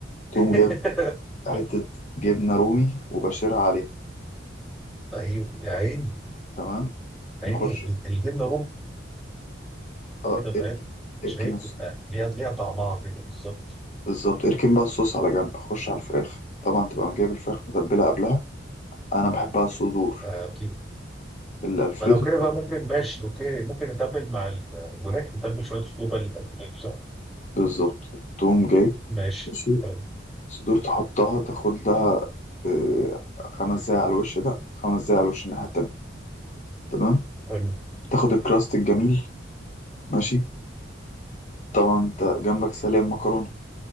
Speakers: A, on the left (about 40°); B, in the centre.
A: تقوم
B: <laughs>
A: جايب حتة جبنة رومي وبشرها عليها
B: ايوه يا عيني
A: تمام
B: عيني
A: نخش
B: الجبنه رومي
A: اه
B: كده فاهم
A: ارك-
B: عشان
A: اركن
B: هي بتبقى
A: الص-
B: ليها ليها طعمها كده بالظبط
A: بالظبط اركن بقى الصوص على جنب خش على الفراخ طبعا تبقى جايب الفراخ متبلة قبلها انا بحبها صدور
B: آه كده
A: الالفريدو
B: فلو كده بقى ممكن ماشي اوكي ممكن نتبل مع ال- الوراك نتبل شويه صدور بقى للألفريدو، صح
A: بالظبط تقوم جايب
B: ماشي
A: ماشي
B: حلو
A: صدور تحطها تاخد لها آه، خمس دقايق على الوش ده خمس دقايق على الوش الناحية التانية تمام
B: حلو
A: تاخد الكراست الجميل ماشي طبعا انت جنبك سلق مكرونة